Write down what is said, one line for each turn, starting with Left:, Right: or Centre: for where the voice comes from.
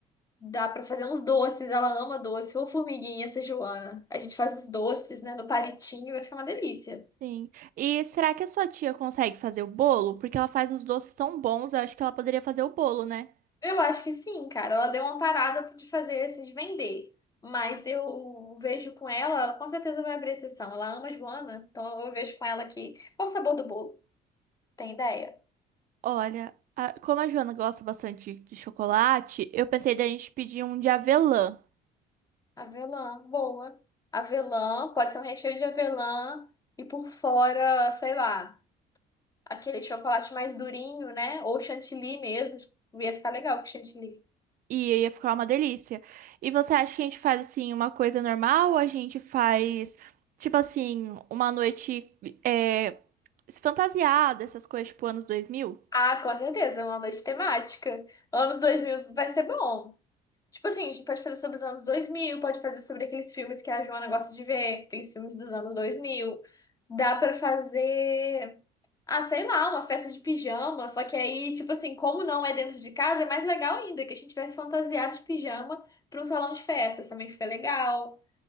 Left: Dá pra fazer uns doces. Ela ama doce. Ou formiguinha, essa Joana. A gente faz os doces, né, no palitinho. Vai ficar uma delícia.
Right: Sim. E será que a sua tia consegue fazer o bolo? Porque ela faz uns doces tão bons. Eu acho que ela poderia fazer o bolo, né?
Left: Eu acho que sim, cara. Ela deu uma parada de fazer esses vender. Mas eu vejo com ela, ela com certeza vai abrir exceção. Ela ama Joana, então eu vejo com ela que. Qual o sabor do bolo? Tem ideia?
Right: Olha, a- como a Joana gosta bastante de de chocolate, eu pensei da gente pedir um de avelã.
Left: Avelã, boa. Avelã, pode ser um recheio de avelã e por fora, sei lá, aquele chocolate mais durinho, né? Ou chantilly mesmo. Ia ficar legal com chantilly.
Right: E ia ficar uma delícia. E você acha que a gente faz assim uma coisa normal? Ou a gente faz tipo assim uma noite é, fantasiada, essas coisas tipo anos 2000?
Left: Ah, com certeza, é uma noite temática. Anos 2000 vai ser bom. Tipo assim, a gente pode fazer sobre os anos dois mil pode fazer sobre aqueles filmes que a Joana gosta de ver, aqueles filmes dos anos dois mil Dá pra fazer, ah, sei lá, uma festa de pijama, só que aí, tipo assim, como não é dentro de casa, é mais legal ainda, que a gente vai fantasiado de pijama pra um salão de festas, também fica legal.